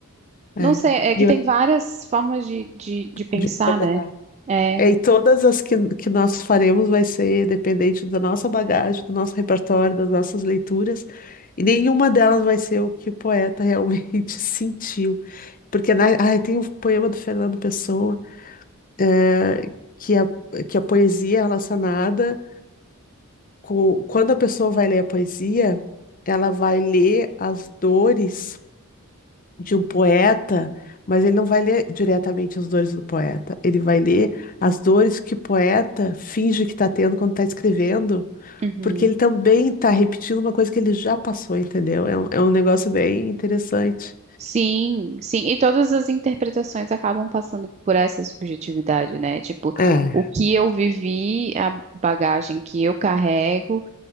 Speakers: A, on the left; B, on the right.
A: é.
B: Não sei, é que
A: E
B: tem
A: eu,
B: várias formas de, de, de pensar,
A: de interpretar.
B: né? É.
A: É, E todas as que, que nós faremos vai ser dependente da nossa bagagem, do nosso repertório, das nossas leituras, e nenhuma delas vai ser o que o poeta realmente <laughs> sentiu. Porque na, ai, tem o poema do Fernando Pessoa, eh, que, a, que a poesia é relacionada com. Quando a pessoa vai ler a poesia, ela vai ler as dores. de um poeta, mas ele não vai ler diretamente as dores do poeta. Ele vai ler as dores que o poeta finge que está tendo quando está escrevendo,
B: uhum.
A: porque ele também está repetindo uma coisa que ele já passou, entendeu? É um, é um negócio bem interessante.
B: Sim, sim. E todas as interpretações acabam passando por essa subjetividade, né? Tipo,
A: É,
B: o que eu vivi, a bagagem que eu carrego